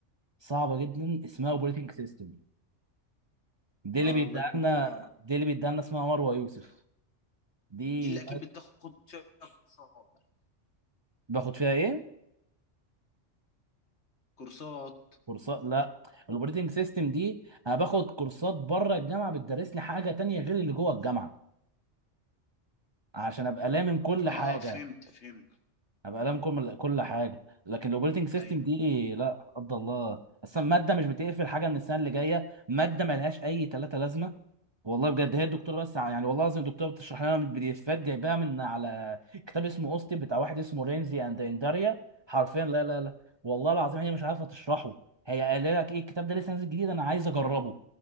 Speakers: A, on the right; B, on the left.
A: صعبه جدا اسمها اوبريتنج سيستم دي اللي
B: اه
A: بيديها
B: الله يكون
A: لنا
B: في عونك
A: دي اللي بيديها لنا اسمها مروه يوسف دي
B: دي اللي اكيد بتاخد فيها كورسات
A: باخد فيها ايه
B: كورسات
A: كورسات لا الاوبريتنج سيستم دي انا باخد كورسات بره الجامعه بتدرس لي حاجه تانية غير اللي جوه الجامعه عشان ابقى لامم كل حاجه
B: اه فهمت فهمت
A: ابقى لامم كل كل حاجه لكن الاوبريتنج سيستم
B: ايوه
A: دي لا قدر الله اصلا ماده مش بتقفل حاجه من السنه اللي جايه ماده ملهاش اي ثلاثه لازمه والله بجد هي الدكتوره بس ع- يعني والله العظيم الدكتوره بتشرح لنا من البي دي افات جايباها من على كتاب اسمه اوستن بتاع واحد اسمه رينزي اند انداريا حرفيا لا لا لا والله العظيم هي مش عارفه تشرحه هي قال لك ايه الكتاب ده لسه نازل جديد انا عايز اجربه